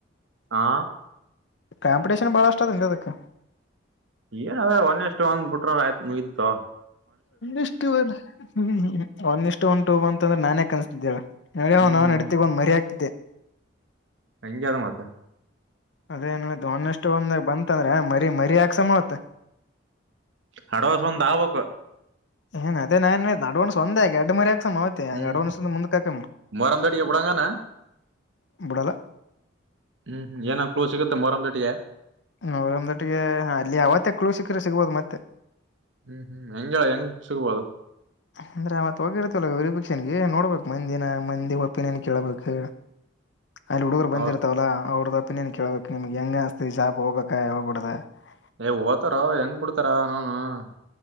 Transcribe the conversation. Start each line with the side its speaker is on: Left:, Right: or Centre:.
Right: ಹಾ
Left: ಕಾಂಪಿಟೇಷನ್ ಬಾಳ ಅಷ್ಟ ಅದ ಅದಕ್ಕೆ
Right: ಏನ ಒಂದ ಎಷ್ಟು ಒಂದ್ ಬಿಟ್ರ ಆಯ್ತ್ ನತ್ತು
Left: ಇಷ್ಟುವಣ ಹ್ಮ ಒಂದಿಷ್ಟು ಒಂದು ಟೂಬ ಅಂದ್ರೆ ನಾನೇ ಕನ್ಸತಿದ್ದೇವ ನಡ
Right: ಹ್ಮ್
Left: ನಡತಿೀ ಬ ಒ್ ಮರಿ ಆಗ್ತಿದ್ದೆ
Right: ಹಂಗೆಾದ ಮಾತ್ತ
Left: ಅದೇನುಿದ್ದು ಒನ್ೆಷ್ಟು ಒಂದಾಗ ಬಂತ ಅಂದ್ರೆ ಮರಿ ಮರಿ ಆಾಕ್ಸವತ್
Right: ಹಡವಸ್ ಒಂದ ಆಗ್ಕ್
Left: ಹಏನ್ ಅದೇಾನನ್ ಅಡವಣಸ್ವೊಂತ ಕೆ ಎಡು ಮರ ಸ ಮತ್ತೆ
Right: ಹ್ಮ್
Left: ಎರಡು ಒನ್ಸ ಮುಂದ ಕಾಕಾಮ
Right: ಮೊರಂ ದಟಿಗೆ ಬಿಡಂಗನ
Left: ಬಿುಡಲ್ಲ
Right: ಹ್ಮ್ ಏನ ಕ್ಲೂಸ್ ಸಿಗುತ್ತೆ ಮೊರಮ್ ಜಟಿಗೆ
Left: ನರೊಂದೊಟ್ಟಿಗೆ ಅಲ್ಲಿ ಯಾವತ್ತೆ ಕಳು ಶಿಖರ ಸಿಗ್ಬೋದು ಮತ್ತೆ
Right: ಹು ಹು ಯಂಜಳ್ ಹೆಂಗ್ ಸಿಗ್ಬೋದ? <unintelligible>
Left: ಅಂದ್ರೆ ಅವತ್ತ ಹೋಗಿರತಿ ಅಲ್ಲ ವೆರಿಭಕ್ಷನಗೆ ನೋಡಬೇಕ ಮಂದಿನ ಮಂದಿ ಒಪಿನಿಯನ್ ಕೇಳಬೇಕ. <unintelligible> ಹ ಅಲ್ಲಿ ಹುಡುಗರು ಬಂದಿರ್ತವಲ್ಲಾ
Right: ಅವ್ರ
Left: ಅವರದ್ದ ಒಪಿನಿಯನ್ ಕೇಳಬೇಕ್ ನಿಮ್ಮಗ ಹೆಂಗ ಅನಸ್ತ ಈ ಜಾಬ್ ಹೋಗಬೇಕಾ ಹೋಗಬಾಡದ? <unintelligible>
Right: ಏ ಓತಾರೋ ಹೆಂಗ್ ಬಿಡ್ತಾರ ಅವನೌನ್ <unintelligible>